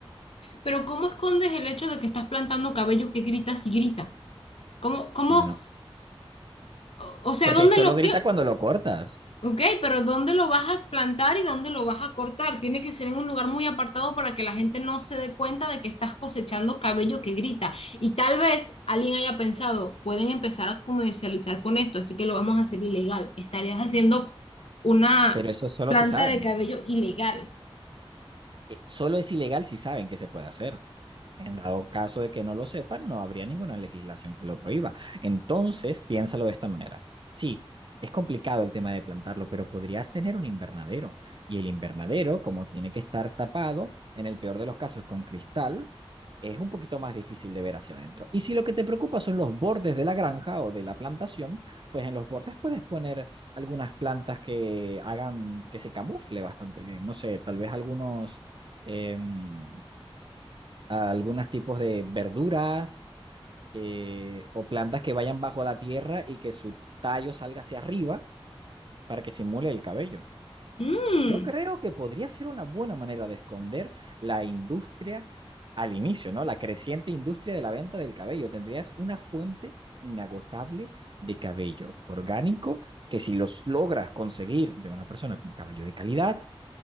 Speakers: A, on the left; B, on the right.
A: Pero ¿cómo escondes el hecho de que estás plantando cabello que grita si grita? ¿Cómo, cómo,
B: Bueno,
A: o sea,
B: porque
A: ¿dónde
B: solo
A: lo,
B: grita cuando lo cortas,
A: Ok, pero ¿dónde lo vas a plantar y dónde lo vas a cortar? Tiene que ser en un lugar muy apartado para que la gente no se dé cuenta de que estás cosechando cabello que grita. Y tal vez alguien haya pensado, pueden empezar a comercializar con esto, así que lo vamos a hacer ilegal. Estarías haciendo una
B: pero eso solo
A: planta
B: si saben.
A: de cabello ilegal.
B: Eh, Solo es ilegal si saben que se puede hacer. En dado caso de que no lo sepan, no habría ninguna legislación que lo prohíba. Entonces, piénsalo de esta manera. Sí, es complicado el tema de plantarlo, pero podrías tener un invernadero. Y el invernadero, como tiene que estar tapado, en el peor de los casos con cristal, es un poquito más difícil de ver hacia adentro. Y si lo que te preocupa son los bordes de la granja o de la plantación, pues en los bordes puedes poner algunas plantas que hagan que se camufle bastante bien. No sé, tal vez algunos... em, a algunos tipos de verduras eh, o plantas que vayan bajo la tierra y que su tallo salga hacia arriba para que simule el cabello.
A: Mm,
B: Yo creo que podría ser una buena manera de esconder la industria al inicio, ¿no? La creciente industria de la venta del cabello. Tendrías una fuente inagotable de cabello orgánico que si los logras conseguir de una persona con cabello de calidad,